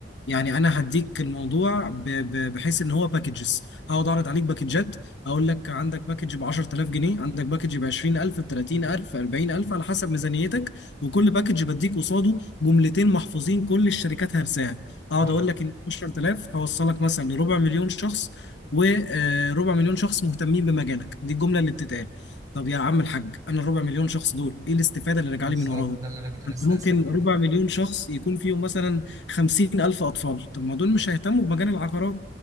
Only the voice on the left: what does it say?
يعني انا هديك الموضوع ب- ب- بحيث ان هو باكجز هقعد اعرض عليك باكجات اقول لك عندك باكج ب 10000 جنيه عندك باكج ب 20000 ب 30000 40000 على حسب ميزانيتك وكل باكج بديك قصاده جملتين محفوظين كل الشركات هرساها اقعد
اقول لك ان 10000 هوصلك مثلا لربع مليون شخص وربع مليون شخص مهتمين بمجالك دي الجمله اللي بتتقال طب يا عم الحاج انا الربع مليون شخص دول ايه الاستفاده اللي راجعه
لي من وراهم
انت ممكن
ربع
مليون شخص يكون فيهم مثلا 50 ألف أطفال طب ما دول مش هيهتموا بمجال العقارات